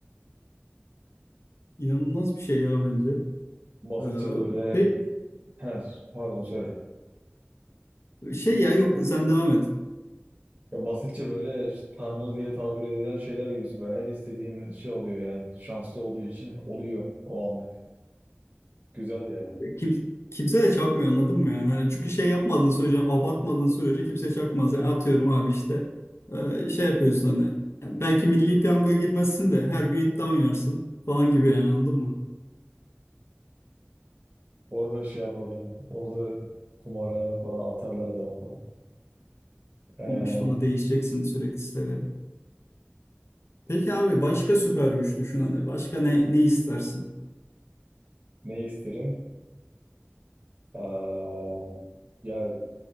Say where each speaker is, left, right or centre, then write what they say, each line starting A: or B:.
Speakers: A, on the left; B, on the right.
A: İnanılmaz bir şey ya bence.
B: Basitçe
A: Ee,
B: böyle.
A: Peki
B: He, pardon söyle.
A: Şey ya yok sen devam et.
B: Ya basitçe böyle işte tanrı diye tabir edilen şeyler gibisin böyle. Her istediğin şey oluyor yani. Şanslı olduğu için oluyor o anlık. Güzel ya.
A: Kim, kimse de çakmıyor anladın mı yani? Hani çünkü şey yapmadığın sürece, abartmadığın sürece kimse çakmaz. Yani atıyorum abi işte e, şey yapıyorsun hani. e, Belki milli piyangoya girmezsin de her gün iddia oynarsın falan gibi yani anladın mı?
B: Orada şey yapalım. Orada kumarhane falan atarlar adam falan. Ee,
A: Ama işte onu değişeceksin sürekli siteleri. Peki abi başka süper güç düşün hani. Başka ne, ne istersin?
B: ne isterim? Ee, ya